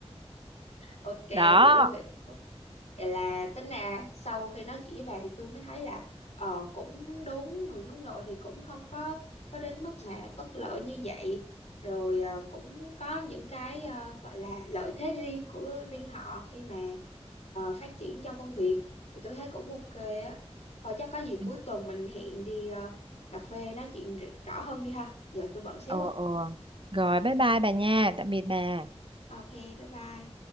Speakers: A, on the left (about 75°); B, on the right (about 50°).
A: ok hiểu
B: đó
A: hiểu Vậy là tính ra sau khi nói chuyện với bà thì tôi mới thấy là ờ cũng đúng người hướng nội thì cũng không có có đến mức mà bất lợi như vậy rồi ờ, cũng có những cái ờ, gọi là lợi thế riêng của riêng họ khi mà ờ, phát triển trong công việc thì tôi thấy cũng ok á thôi chắc có gì
B: Ừ.
A: cuối tuần mình hẹn đi ờ, cà phê nói chuyện r- rõ hơn đi ha giờ tôi bận xíu
B: ờ
A: rồi
B: ờ rồi bye bye bà nha tạm biệt bà
A: ok bye bye